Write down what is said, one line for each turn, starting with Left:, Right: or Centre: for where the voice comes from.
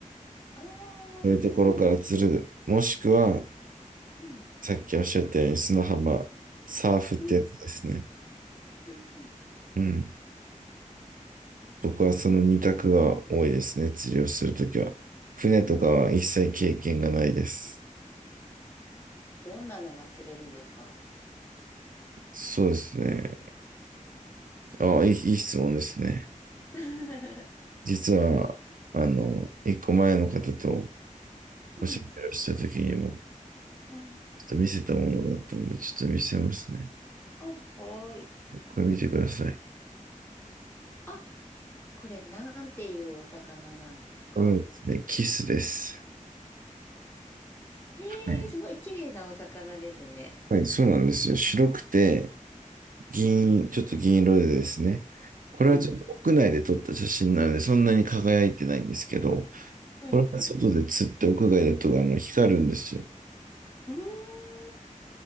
Left: ああ
Right: そういうところから釣る。もしくは、
Left: うん。
Right: さっきおっしゃったように砂浜、サーフってやつですね。
Left: うん。うん。うん。
Right: うん。僕はその二択が多いですね。釣りをするときは。船とかは一切経験がないです。
Left: どんなのが釣れるんですか
Right: そうですね。あ、いい、いい質問ですね。
Left: <laughs>
Right: 実は、あの、一個前の方と
Left: うん。
Right: おしゃべりをしたときにも、ち
Left: うん
Right: ょっと見せたものだったので、ちょっと見せますね。
Left: あ、はーい。
Right: これ見てください。
Left: あ、これなんていうお魚なんですか
Right: これですね、キスです。
Left: えー、
Right: はい、
Left: すごい綺麗なお魚ですね。
Right: はいそうなんですよ。白くて、銀、ちょっと銀色でですね、これはちょっと屋内で撮った写真なので、
Left: うん。うん
Right: そんなに輝いてないんですけど、
Left: はいはい。
Right: これは外で釣って屋外だとあの光るんですよ。
Left: うーん。